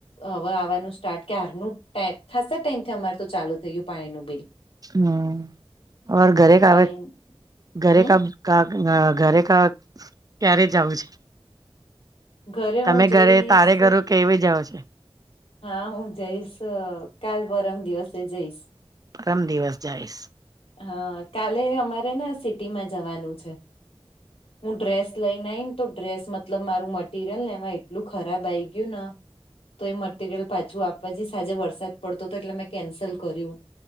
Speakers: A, on the left (about 85°); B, on the right (about 40°).
A: હવે આવવાનું સ્ટાર્ટ કે હારનુંટેક ખાસ ટાઈમથી અમારે તો ચાલુ થયું પાણીનું બિલ
B: હમ્મ અમારે ઘરે કાવે
A: પાણી
B: ઘરે
A: હમ
B: <unintelligible> <unintelligible> ઘરે <unintelligible> ક્યારે જવું છે?
A: ઘરે
B: તમે
A: હું જઈશ
B: ઘરે તારે ઘર કેવી જાઓ છો
A: હા હું જઈશ કાલ પરમ દિવસે જઈશ.
B: પરમ દિવસ જઈશ.
A: હા કાલે અમારે ને સિટીમાં જવાનું છે. હું ડ્રેસ લઈને આઇ ને તો ડ્રેસ મતલબ મારું મટીરિયલ ને એમાં એટલું ખરાબ આઈ ગયું ન તો એ મટરિયલ પાછું આપવા જઈશ આજે વરસાદ પડતો તો એટલે મેં કેન્સલ કર્યું.